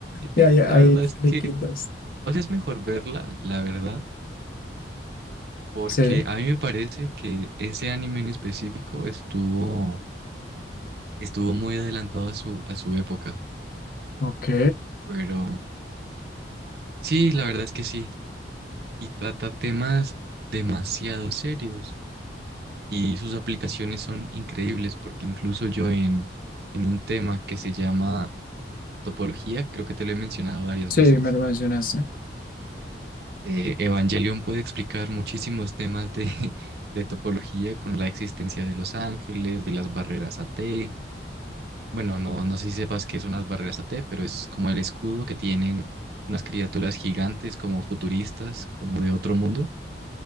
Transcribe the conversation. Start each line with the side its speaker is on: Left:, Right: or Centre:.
Left: ya,
Right: Sí,
Left: ya,
Right: la
Left: ahí
Right: verdad es
Left: le
Right: que,
Left: quitas.
Right: o sea, es mejor verla, la verdad, Porque
Left: Sí.
Right: a mí me parece que ese anime en específico estuvo, estuvo muy adelantado a su, a su época.
Left: Ok.
Right: Pero sí, la verdad es que sí. Y trata temas demasiado serios. Y sus aplicaciones son increíbles porque incluso yo en, en un tema que se llama topología, creo que te lo he mencionado varias
Left: Sí,
Right: veces,
Left: me lo mencionaste.
Right: eh, Evangelion puede explicar muchísimos temas de, <laughs> de topología con la existencia de los ángeles, de las barreras AT Bueno, no, no sé si sepas que son las barreras a T pero es como el escudo que tienen unas criaturas gigantes, como futuristas, como de otro mundo.